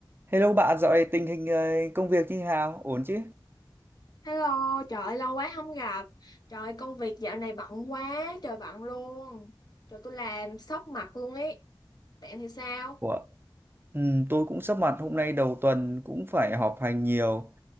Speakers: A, on the right (about 25°); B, on the left (about 50°).
A: Hello bạn, dạo này tình hình ờ, công việc như thế nào? Ổn chứ?
B: Hello, trời ơi, lâu quá không gặp. Trời ơi, công việc dạo này bận quá, trời bận luôn. Trời tôi làm sốc mặt luôn ấy. Bạn thì sao?
A: Ủa? Ừ, tôi cũng sắp mặt hôm nay đầu tuần cũng phải họp hành nhiều.